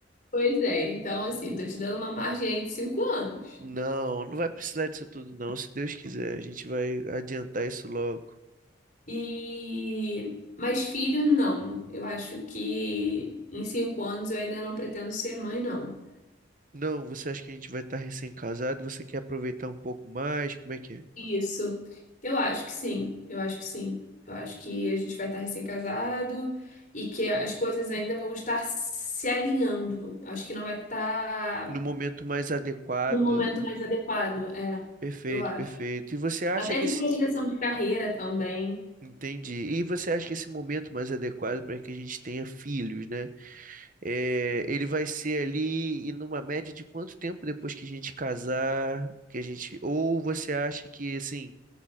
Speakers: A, on the left; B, on the right.
A: pois é. Então, assim, tô te dando uma margem aí de cinco anos.
B: Não, não vai precisar disso tudo, não. Se Deus quiser, a gente vai adiantar isso logo.
A: E, mas filho, não. Eu acho que em cinco anos eu ainda não pretendo ser mãe, não.
B: Não, você acha que a gente vai estar recém-casado? Você quer aproveitar um pouco mais? Como é que é?
A: Isso. Eu acho que sim, eu acho que sim. Eu acho que a gente vai estar recém-casado e que as coisas ainda vão estar se alinhando. Acho que não vai estar
B: No momento mais adequado.
A: no momento
B: né?
A: mais adequado, é,
B: Perfeito,
A: eu acho.
B: perfeito. E você acha
A: Até
B: que
A: de
B: esse.
A: progressão de carreira também.
B: Entendi. E você acha que esse momento mais adequado para que a gente tenha filhos, né? É, ele vai ser ali e numa média de quanto tempo depois que a gente casar, que a gente. Ou você acha que assim.